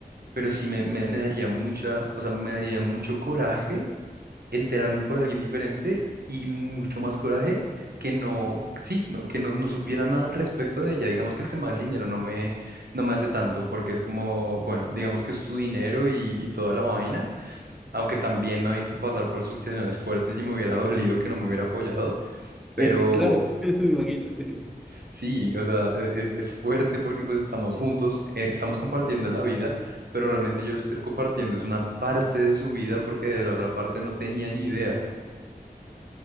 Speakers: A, on the right; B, in the centre.
A: pero sí me, me me daría mucha, o sea, me daría mucho coraje enterarme por alguien diferente y mucho más coraje que no, sí, no, que no, no supiera nada al respecto de ella. Digamos que el tema del dinero no me, no me hace tanto porque es como, bueno, digamos que es su dinero y, y toda la vaina, aunque también me ha visto pasar por situaciones fuertes y me hubiera <laughs> dolido que no me hubiera apoyado, pero
B: Es que claro, <laughs> imagínate,
A: sí, o sea, e- e- es, fuerte porque pues estamos juntos, eh, estamos compartiendo la vida. Pero realmente yo lo estoy compartiendo, es una parte de su vida porque de la otra parte no tenía ni idea.